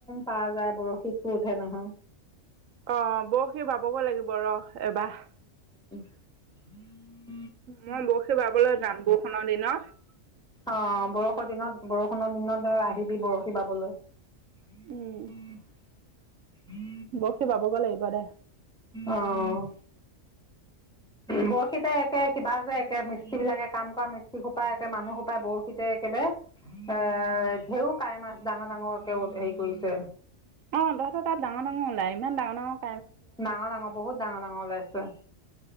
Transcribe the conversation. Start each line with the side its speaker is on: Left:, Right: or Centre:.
Centre: প যায় বৰশীতটো উঠে নহয়
Right: অঁ বৰ সি ভাবগে লাগিব বৰ এবাহ
Centre: <unintelligible>
Right: মই বৰশী বাবলৈ যাম, বৰষুণৰ দিনত।
Centre: অ' বৰষৰ দিনত, বৰষুণৰ দিনত আহিবি বৰশী বাবলৈ। <unintelligible>
Right: উম
Centre: <unintelligible>
Right: বৰশী বাবগে লাগিব দে।
Centre: অ' বৰশীতে একে কিবা যে একে মিস্ত্ৰীবিলাকে কাম কৰা মিস্ত্ৰীসোপাই একে মানুহসোপাই বৰশীতে একেবাৰে। <unintelligible> কাৱৈ মাছ ডাঙৰ-ডাঙৰকে হেৰি কৰিছে।
Right: অ' তহঁতৰ তাত ডাঙৰ-ডাঙৰ ওলায়। ইমান ডাঙৰ-ডাঙৰ
Centre: ডাঙৰ-ডাঙৰ বহুত ডাঙৰ-ডাঙৰ ওলাইছে।